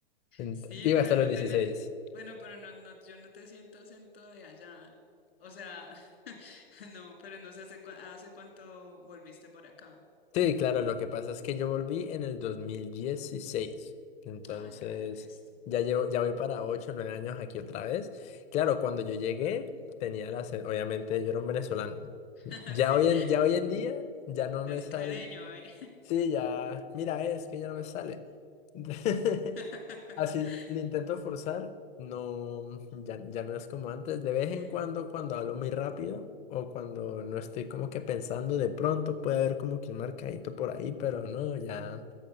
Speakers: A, on the left (about 20°); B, on the left (about 70°).
A: Ent-
B: Sí,
A: digo
B: pero
A: hasta
B: no
A: los 16.
B: tiene, bueno, pero no, no, yo no te siento acento de allá. O sea, <laughs> no, pero no sé hace, cua- hace cuánto volviste por acá.
A: Sí, claro, lo que pasa es que yo volví en el dos mil dieciséis. entonces
B: Ah, ya, resto.
A: ya llevo, ya voy para 8, o 9 años aquí otra vez. Claro, cuando yo llegué tenía la, obviamente yo era un venezolano.
B: <laughs>
A: Ya
B: Sí,
A: hoy en, ya hoy en día ya no
B: ya
A: me
B: es
A: sale,
B: careño, ¿eh?
A: sí, ya, mira, es que ya no me sale. <laughs>
B: <laughs>
A: Así le intento forzar, no, ya, ya no es como antes. De vez
B: Que-
A: en cuando, cuando hablo muy rápido o cuando no estoy como que pensando, de pronto puede haber como que un marcadito por ahí, pero no, ya,